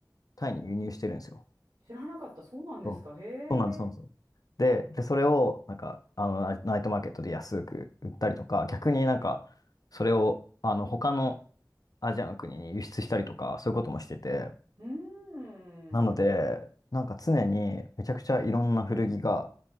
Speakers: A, on the left (about 55°); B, on the right (about 85°).
A: タイに輸入してるんですよ。
B: 知らなかった。そうなんですか。
A: そうそうなんです、
B: へ
A: そうなんです。
B: え。
A: で、で、それを、なんか、あの、ナイナイトマーケットで安く売ったりとか、逆になんか、それを、あの、他のアジアの国に輸出したりとか、そういうこともしてて、
B: うーん。
A: なので、なんか常にめちゃくちゃいろんな古着が、